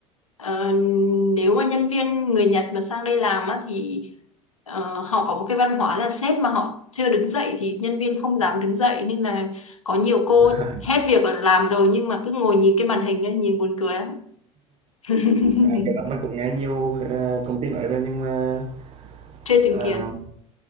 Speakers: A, on the left (about 80°); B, on the right (about 35°).
A: ờ, nếu mà nhân viên người Nhật mà sang đây làm á thì ờ, họ có một cái văn hóa là sếp mà họ chưa đứng dậy thì nhân viên không dám đứng dậy nên là có nhiều cô
B: <laughs>
A: hết việc là làm rồi nhưng mà cứ ngồi nhìn cái màn hình ấy, nhìn buồn cười lắm. <laughs>
B: À, cái đó mình cũng nghe nhiều, ờ, công ty nói rồi nhưng mà,
A: Chưa chứng
B: ờ
A: kiến.